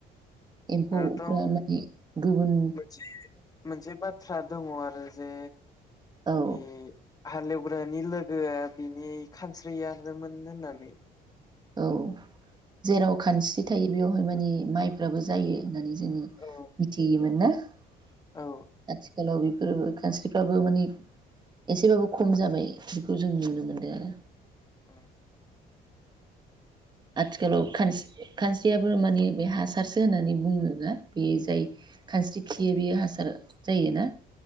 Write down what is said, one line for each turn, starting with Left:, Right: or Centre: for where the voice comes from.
Right: एम्फौफोरा
Left: आरोथ'
Right: माने गुबुन।
Left: मोनसे मोनसे बाथ्रा दङ आरो जे।
Right: औ
Left: बे हालेव। <inaudible>
Right: औ। जेराव खानस्रि थायो बेयाव। मानि माइफ्राबो जायो होननानै जों जोङो
Left: औ
Right: मिथियोमोन ना। <unintelligible>
Left: औ
Right: आथिखालाव बेफो गो खानस्रिफ्राबो मानि एसेबाबो खम जाबाय बेखौ जों नुनो मोनदों आरो।
Left: ओं।
Right: आथिखालाव खान खानस्रियाबो मानि बे हासारसो होननानै बुङोना बेयो जाय खानस्रि खियो बेयो हासार जायोना।